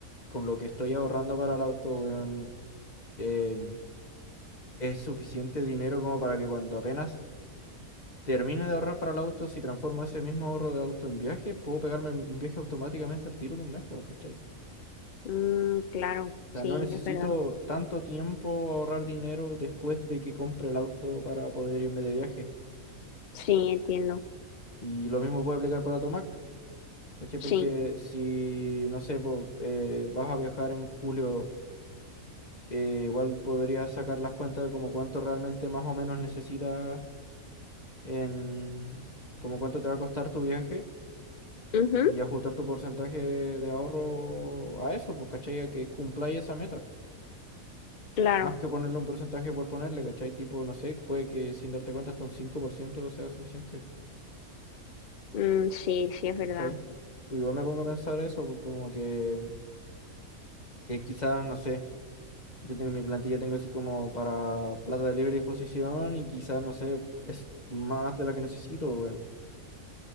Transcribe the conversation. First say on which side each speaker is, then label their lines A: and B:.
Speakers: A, on the left; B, on the left.
A: con lo que estoy ahorrando para el auto, weón, em, es suficiente dinero como para que cuando apenas termine de ahorrar para el auto, si transformo ese mismo ahorro de auto en viajes, puedo pegarme un viaje automáticamente al tiro en un mes, weón, ¿cachai?
B: Mm, claro,
A: O
B: sí,
A: sea, no necesito
B: es verdad.
A: tanto tiempo ahorrar dinero después de que compre el auto para poder irme de viaje.
B: Sí, entiendo.
A: Y lo mismo puede aplicar para tu Mac. ¿Cachai?
B: Sí.
A: Porque si, no sé, po, eh, vas a viajar en julio, eh, igual podrías sacar las cuentas de como cuánto realmente más o menos necesitas en, como cuánto te va a costar tu viaje
B: Ujú,
A: y ajustar tu porcentaje de, de ahorro a eso, pues, ¿cachai? A que cumpláis esa meta.
B: Claro.
A: Más que ponerle un porcentaje por ponerle, ¿cachai? Tipo, no sé, puede que sin darte cuenta hasta un 5% sea suficiente,
B: Mm, sí, sí, es verdad.
A: ¿cachai? Pues igual me pongo a pensar eso, pues como que eh, quizás, no sé. Yo tengo mi plantilla, tengo así como para plata de libre disposición y quizás, no sé, es más de la que necesito, weón,